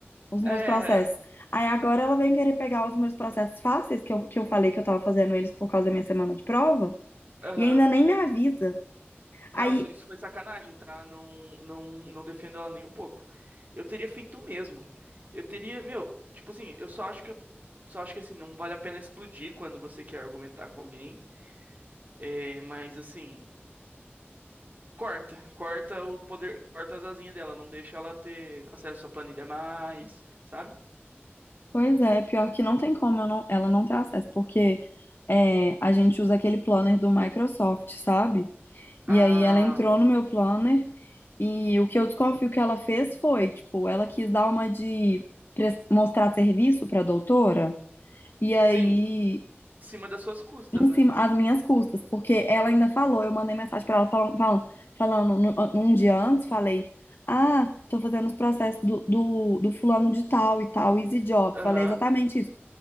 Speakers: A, on the left; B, on the right.
A: Os
B: É,
A: meus processos. Aí agora ela vem querer pegar os meus processos fáceis, que eu, que eu falei que eu tava fazendo eles por causa da minha semana de prova,
B: aham.
A: e ainda nem me avisa.
B: Não,
A: Aí
B: isso, isso foi sacanagem, tá? Não, não, não defendo ela nem um pouco. Eu teria feito o mesmo. Eu teria, meu, tipo assim, eu só acho que eu, só acho que assim, não vale a pena explodir quando você quer argumentar com alguém. É, mas assim, corta, corta o poder, corta as asinhas dela, não deixa ela ter acesso à planilha mais, sabe?
A: Pois é, pior que não tem como eu não- ela não ter acesso, porque é, a gente usa aquele planner do Microsoft, sabe?
B: Ah,
A: E aí ela entrou no meu planner e o que eu desconfio que ela fez foi, tipo, ela quis dar uma de pres- mostrar serviço pra doutora e aí
B: sim, em cima das suas custas,
A: em
B: né?
A: cima as minhas custas, porque ela ainda falou, eu mandei mensagem pra ela falando, falando, falando no- um dia antes, falei Ah, tô fazendo os processos do, do, do fulano de tal e tal, Easy Job. Falei
B: Aham,
A: exatamente isso.